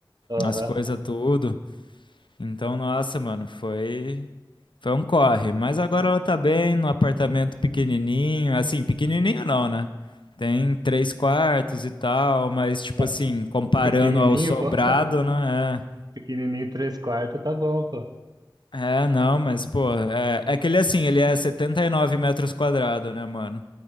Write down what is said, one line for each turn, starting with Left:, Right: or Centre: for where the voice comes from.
Right: Aham.
Left: as coisas tudo. Então, nossa, mano, foi foi um corre, mas agora ela tá bem no apartamento pequenininho, assim, pequenininho não, né? Tem três quartos e tal, mas tipo
Right: É,
Left: assim, comparando
Right: pequenininho,
Left: ao sobrado,
Right: pô. <laughs>
Left: né?
Right: Pequenininho, três quartos, tá bom, pô.
Left: É, é não, mas pô, é, é que ele assim, ele é 79 metros quadrados, né, mano?